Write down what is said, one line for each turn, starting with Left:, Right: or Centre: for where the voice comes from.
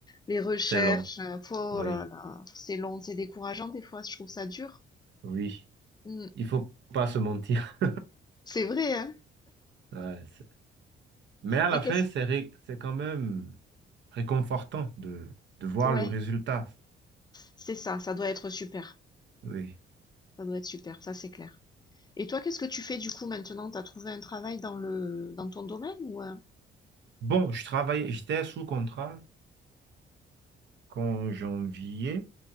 Left: Les recherches,
Right: C'est long,
Left: euh, oh
Right: oui,
Left: là là, c'est long, c'est décourageant des fois. Je trouve ça dur.
Right: oui.
Left: Mm.
Right: Il faut pas se mentir.
Left: C'est vrai, hein.
Right: <laughs> Ouais, c'est- Mais à la
Left: Et qu'est-ce
Right: fin, c'est ré- c'est quand même réconfortant de, de voir
Left: Ouais,
Right: le résultat.
Left: c'est ça, ça doit être super.
Right: Oui.
Left: Ça doit être super, ça c'est clair. Et toi, qu'est-ce que tu fais du coup maintenant? T'as trouvé un travail dans le dans ton domaine ou euh,
Right: Bon, je travaillais, j'étais sous contrat jusqu'en janvier.